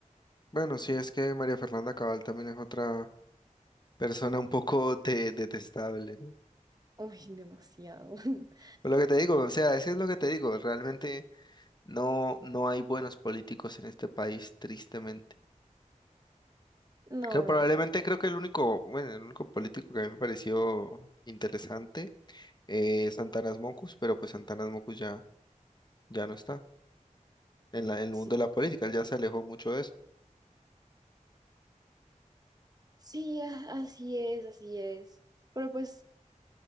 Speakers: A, on the left; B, on the right.
A: Bueno, sí, es que María Fernanda Cabal también es otra persona un poco de- detestable, ¿no?
B: Uy, demasiado. <laughs>
A: Pero lo que te digo, o sea, eso es lo que te digo, realmente no, no hay buenos políticos en este país, tristemente.
B: No,
A: Creo, probablemente creo que el único, bueno, el único político que a mí me pareció interesante eh, es Santanas Mocus, pero pues Santanas Mocus ya, ya no está en la, en el
B: sí.
A: mundo de la política, él ya se alejó mucho de eso.
B: Sí, a- así es, así es. Pero pues,